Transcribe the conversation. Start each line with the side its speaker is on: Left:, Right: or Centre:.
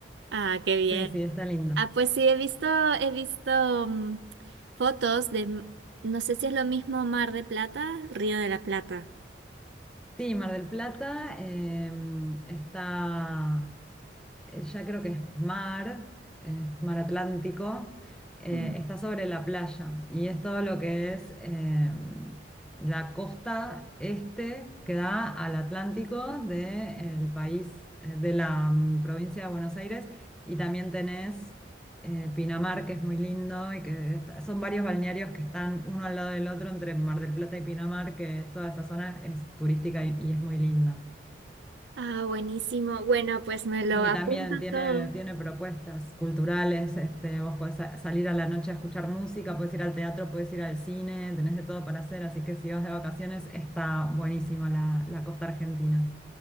Right: ah, qué bien.
Centre: Sí, sí, está lindo.
Right: Ah, pues sí, he visto, he visto mm, fotos de, m- no sé si es lo mismo Mar de Plata, Río de la Plata.
Centre: Sí, Mar del Plata eh, está eh, ya creo que es mar, eh, mar Atlántico, eh,
Right: Mm.
Centre: está sobre la playa y es todo lo que es eh, la costa este que da al Atlántico del país, eh, de la mm, provincia de Buenos Aires y también tenés eh, Pinamar, que es muy lindo y que está- son varios balnearios que están uno al lado del otro entre Mar del Plata y Pinamar, que es- toda esa zona es turística y y es muy linda.
Right: Ah, buenísimo. Bueno, pues me lo
Centre: Y
Right: apunto
Centre: también tiene,
Right: todo.
Centre: tiene propuestas culturales, este, vos podés sa- salir a la noche a escuchar música, podés ir al teatro, podés ir al cine, tenés de todo para hacer, así que si vas de vacaciones está buenísima la, la costa argentina.